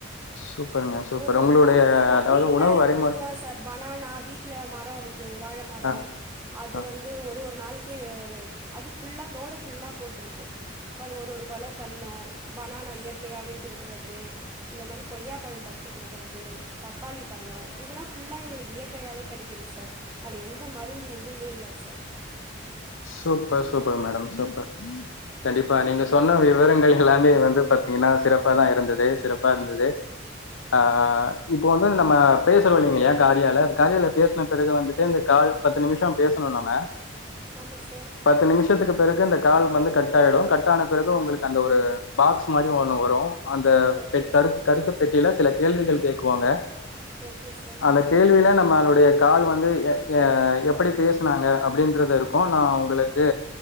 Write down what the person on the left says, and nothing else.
சூப்பருங்க சூப்பர்.
உங்களுடைய
அதாவது
உணவு
வரைமுறை
ஆ
ஆ
super super madam super கண்டிப்பா நீங்க சொன்ன விவரங்கள் எல்லாமே வந்து பாத்தீங்கன்னா சிறப்பாதா இருந்தது சிறப்பா இருந்தது ஆ இப்போ வந்து நம்ம பேசுறோ இல்லிங்க இல்லியா காரியால காரியால பேசின பிறகு வந்துட்டு இந்த கால் பத்து நிமிஷோ பேசணு நம்ம
பத்து நிமிஷத்துக்கு பிறகு இந்த கால் வந்து கட் ஆயிடு கட் ஆன பிறகு உங்களுக்கு அந்த ஒரு பாக்ஸ் மாரி ஒன்னு வரு அந்த
பெட் கருத்து
கருத்து பெட்டியில சில கேள்விகள் கேக்குவாங்க
அந்த கேள்வியில நம்மளுடைய கால் வந்து ஆ எப்படி பேசினாங்க அப்படின்றது இருக் கு நா உங்களுக்கு